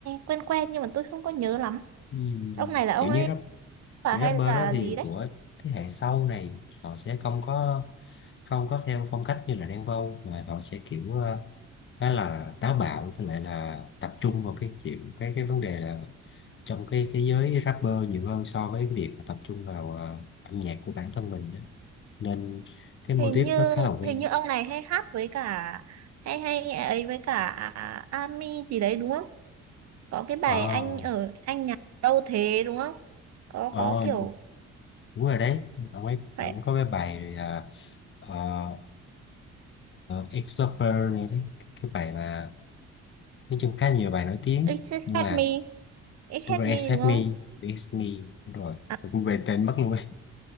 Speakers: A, on the right; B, on the left.
A: quen quen nhưng mà tôi không có nhớ lắm.
B: Ừm,
A: Ông này là ông
B: kiểu
A: ấy
B: như rap
A: và
B: kiểu
A: hay
B: rapper
A: là
B: đó thì
A: gì đấy?
B: của thế hệ sau này họ sẽ không có không có theo phong cách như là Đen Vâu mà họ sẽ kiểu ờ, khá là táo bạo với lại là tập trung vào cái chuyện cái cái vấn đề là trong cái cái giới rapper nhiều hơn so với cái việc mà tập trung vào ờ, âm nhạc của bản thân mình đó. Nên cái
A: Hình
B: mô típ
A: như
B: nó khá là quen
A: hình như ông này hay hát với cả hay hay ấy với cả Ami gì đấy đúng không? Có cái bài
B: ờ
A: anh ở anh nhà đâu thế đúng không? Có
B: ờ
A: có kiểu
B: đúng rồi đấy ông ấy ông
A: phải
B: có cái bài là uh, ex lover nữa đấy cái bài mà nói chung khá nhiều bài nổi tiếng
A: It's Hate
B: nhưng mà
A: Me, It's Hate
B: đúng rồi
A: Me
B: accept
A: đúng không?
B: me accept me đúng rồi
A: À,
B: tôi cũng quên tên mất luôn ấy.